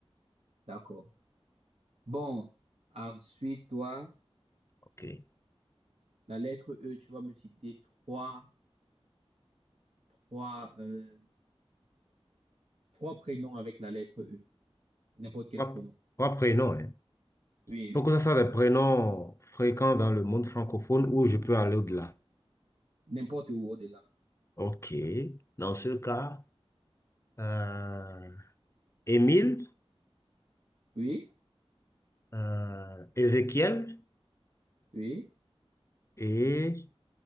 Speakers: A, on the right (about 80°); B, on the left (about 25°).
A: D'accord. Bon, ensuite, toi,
B: Ok.
A: la lettre E, tu vas me citer trois, trois, euh, trois prénoms avec la lettre E. N'importe quel
B: Trois,
A: prénom.
B: trois prénoms, hein.
A: Oui,
B: Faut que
A: oui.
B: ce soit des prénoms fréquents dans le monde francophone où je peux aller au-delà.
A: n'importe où au-delà.
B: Ok. Dans ce cas, euh, Émile,
A: Oui,
B: euh, Ézéchiel.
A: oui.
B: et